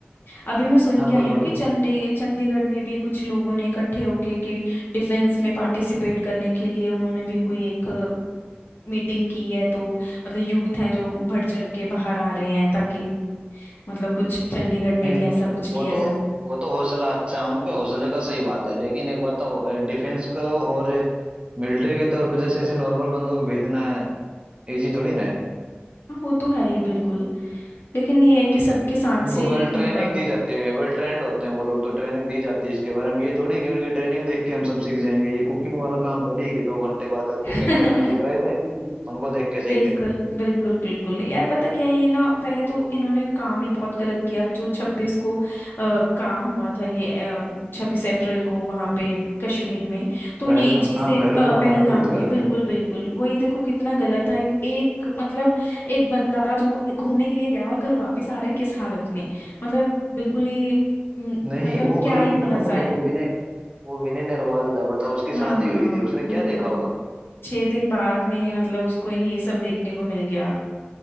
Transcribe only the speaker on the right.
हाँ
कौन
बोलो
नहीं
वो तो
वो तो हौसला अच्छा है उनके हौसले का सही बात है लेकिन एक बात तो डिफेंस को और मिलिट्री के तौर पे जैसे ऐसे नॉर्मल बंदों को भेजना इजी थोड़ी ना है
उनको
वेल
ट्रेनिंग
दी जाती है वेल ट्रेंड होते हैं वो लोग तो ट्रेनिंग दी जाती है इसके बारे में ये थोड़ी कि उनकी ट्रेनिंग देख के हम सब सीख जाएंगे ये कुकिंग वाला काम थोड़ी कि दो घंटे बाद
कुकिंग करना सीख रहे थे उनको देख के
सीख गए
पहलगाम
हाँ
पहलगाम
वाला
ना बहुत
गलत
है
नहीं
वो
गलत
था ना
वो देखो
विनय वो विनय नरवाल था बताओ उसकी शादी
हुई थी उसने क्या
देखा होगा